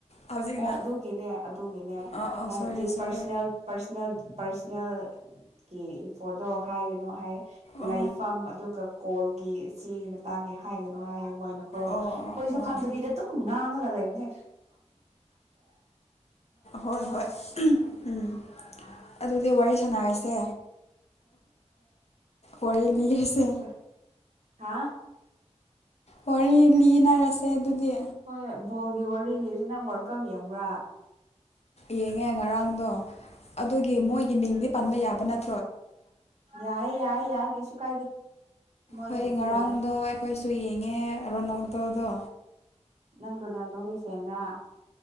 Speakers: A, on the left; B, on the right.
A: ꯍꯧꯖꯤꯛꯅ
B: ꯑꯣ ꯑꯗꯨꯒꯤꯅꯦ ꯑꯗꯨꯒꯤꯅꯦ
A: ꯑꯥ ꯑꯥ
B: ꯍꯥꯏꯕꯗꯤ
A: ꯁꯣꯏꯔꯦ ꯁꯣꯏꯔꯦ
B: ꯄꯔꯁꯅꯦꯜ ꯄꯔꯁꯅꯦꯜ ꯄꯥꯔꯁꯅꯦꯜ ꯀꯤ ꯏꯟꯐꯣꯔꯇꯣ ꯍꯥꯏꯒꯅꯣ ꯍꯥꯏꯌꯦ꯫
A: ꯑꯣ
B: ꯂꯩꯐꯝ ꯑꯗꯨꯒ ꯀꯣꯜ ꯒꯤ ꯁꯤꯒꯤ ꯃꯇꯥꯡꯒꯤ ꯍꯥꯏꯒꯅꯨ ꯍꯥꯏꯌꯦ꯫ ꯃꯣꯏꯅꯀꯣ
A: ꯑꯣ
B: ꯑꯩꯈꯣꯏꯁꯨ
A: ꯑꯣ ꯑꯣ ꯑꯣ
B: ꯈꯥꯡꯗ꯭ꯔꯤꯗ ꯗꯨꯝ ꯉꯥꯡꯉꯒ ꯂꯩ
A: ꯍꯣꯏ ꯍꯣꯏ ꯎꯝ ꯑꯗꯨꯗꯤ ꯋꯥꯔꯤ ꯁꯥꯟꯅꯔꯁꯦ ꯋꯥꯔꯤ ꯂꯤꯔꯁꯦ
B: <unintelligible> <unintelligible> ꯍꯥ꯫
A: ꯋꯥꯔꯤ ꯂꯤꯅꯔ ꯑꯗꯨꯗꯤ
B: ꯍꯣꯏ ꯕꯣꯜꯒꯤ ꯋꯥꯔꯤ ꯂꯤꯁꯤ ꯅꯪ ꯋꯥꯜꯀꯞ ꯌꯦꯡꯕ꯭ꯔꯥ꯫
A: ꯌꯦꯡꯉꯦ ꯉꯔꯥꯡꯗꯣ꯫ ꯑꯗꯨꯒꯤ ꯃꯣꯏꯒꯤ ꯃꯤꯡꯗꯤ ꯄꯟꯕ ꯌꯥꯕ ꯅꯠ
B: ꯌꯥꯢꯌꯦ ꯌꯥꯏꯌꯦ ꯌꯥꯏ꯫ ꯀꯩꯁꯨ ꯀꯥꯏꯗꯦ꯫ ꯃꯣꯏꯕꯨꯗꯤ
A: ꯍꯣꯏ ꯉꯔꯥꯡꯗꯣ
B: ꯌꯥꯏ
A: ꯑꯩꯈꯣꯏꯁꯨ ꯌꯦꯡꯉꯦ ꯔꯣꯅꯥꯜꯗꯣꯗꯣ꯫
B: ꯅꯪ ꯔꯣꯅꯥꯜꯗꯣꯒꯤ ꯐꯦꯟ ꯂ꯫